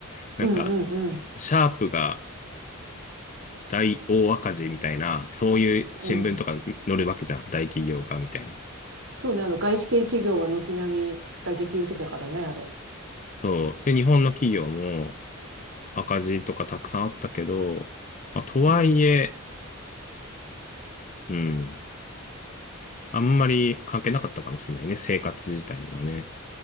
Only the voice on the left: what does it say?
なんか、
シャープが大大赤字みたいな、そういう新聞とか載るわけじゃん。
大企業が、みたいな。
そう。で、日本の企業も赤字とかたくさんあったけど、まあ、とはいえ、
うん。あんまり関係なかったかもしれないね、生活自体にはね。